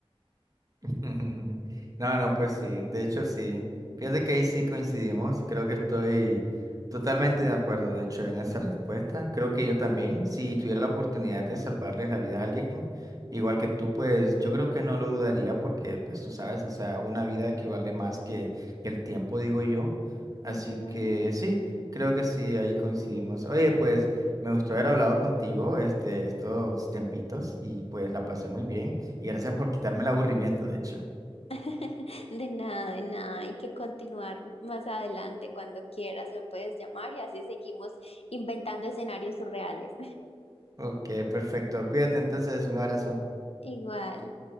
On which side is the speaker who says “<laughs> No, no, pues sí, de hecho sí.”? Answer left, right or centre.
Right